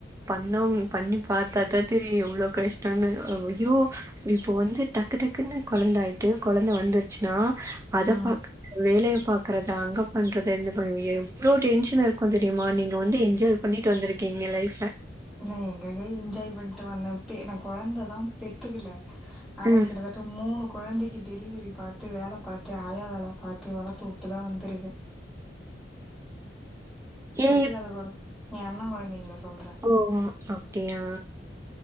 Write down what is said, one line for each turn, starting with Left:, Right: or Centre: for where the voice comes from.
Right: பண்ணவுங்க பண்ணி பாத்தா தா தெரியு எவ்ளோ கஷ்டோனு ஐயோ இப்போ வந்து டக்கு டக்குன்னு குழந்த ஆயிட்டு குழந்த வந்துருச்சுன்னா அத
Centre: ம்
Right: பாக் வேலய பாக்குறதா அங்க பண்றதா இங்க பண்ணியே எவ்ளோ டென்ஷன்னு இருக் கொஞ்சோ டிமான்டிங் நீங்க வந்து என்ஜாய் பண்ணிட்டு வந்திருக்கீங்க லைஃப்ப
Centre: நா எங்கங்க என்ஜாய் பண்ணிட்டு வந்தே பே நா குழந்ததா பெத்துக்குல்ல ஆனா
Right: ம்
Centre: கிட்டத்தட்ட தொ மூணு கொழந்தைக்கி டெலிவரி பாத்து வேல பாத்து ஆயா வேல பாத்து வளத்து உட்டு தா வந்துருக்க
Right: ஏ
Centre: பெத்துக்காதகுற ஏ அண்ண கொழந்தைங்கள சொல்ற
Right: ஓ ஓ அப்டியா